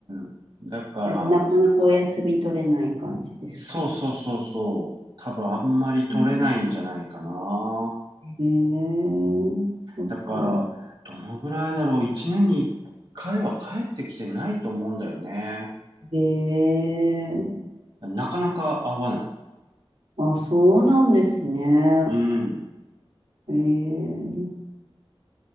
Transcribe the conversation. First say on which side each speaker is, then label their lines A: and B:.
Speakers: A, on the right (about 50°); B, on the right (about 85°).
A: ん。だから、
B: あ、じゃあなかなかお休み取れない感じですかう
A: そうそうそうそう。多分あんまり取れないんじゃないかな。
B: ん。へえ、そっか。
A: だから、どのぐらいだろう、一年に一回は帰ってきてないと思うんだよね。
B: へえ、
A: なかなか会わない。
B: あ、そうなんですね。
A: うん。
B: へえ。